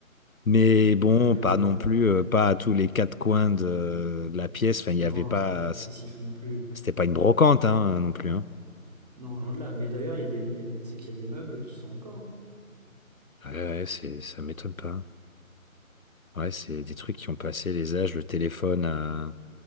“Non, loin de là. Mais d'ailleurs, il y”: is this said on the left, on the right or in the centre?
Right